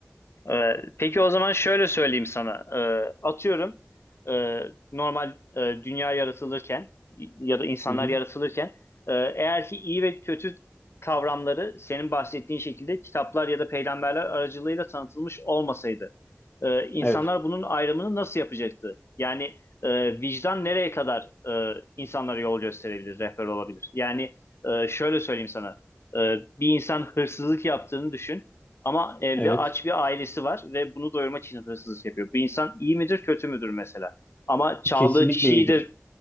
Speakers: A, on the left (about 65°); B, on the left (about 30°).
A: Ee, peki o zaman şöyle söyleyeyim sana. Ee, atıyorum e, normal e, dünya yaratılırken ya da insanlar
B: Hı hı.
A: yaratılırken e, eğer ki iyi ve kötü kavramları senin bahsettiğin şekilde kitaplar ya da peygamberler aracılığıyla tanıtılmış olmasaydı e, insanlar
B: Evet.
A: bunun ayrımını nasıl yapacaktı? Yani e, vicdan nereye kadar e, insanlara yol gösterebilir, rehber olabilir? Yani e, şöyle söyleyeyim sana. E, bir insan hırsızlık yaptığını düşün ama evde
B: Evet.
A: aç bir ailesi var ve bunu doyurmak için hırsızlık yapıyor. Bu insan iyi midir, kötü müdür mesela? Ama çaldığı
B: Kesinlikle
A: kişiyi
B: iyidir.
A: de